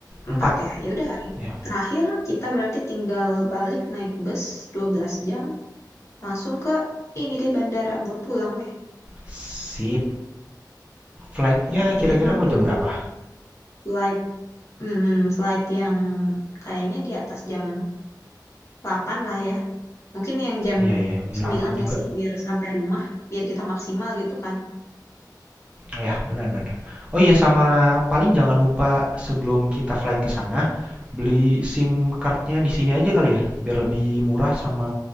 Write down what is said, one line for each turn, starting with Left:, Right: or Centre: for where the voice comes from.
Right: empat
Left: empat ya ya udah hari
Right: ya
Left: terakhir kita berarti tinggal balik naik bus 12 jam langsung ke ini deh bandara buat pulang ya.
Right: sip flightnya
Left: Ya, nanti
Right: kira-kira
Left: kita
Right: mau
Left: ambil
Right: jam berapa
Left: slide, hmm, slide yang kayaknya di atas jam delapan lah ya. Mungkin yang jam
Right: iya ya biar
Left: sembilan
Right: aman juga
Left: gak sih, biar sampai rumah, biar kita maksimal gitu kan.
Right: oh ya benar-benar oh iya sama paling jangan lupa sebelum kita flight ke sana beli SIM cardnya di sini aja kali ya biar lebih murah sama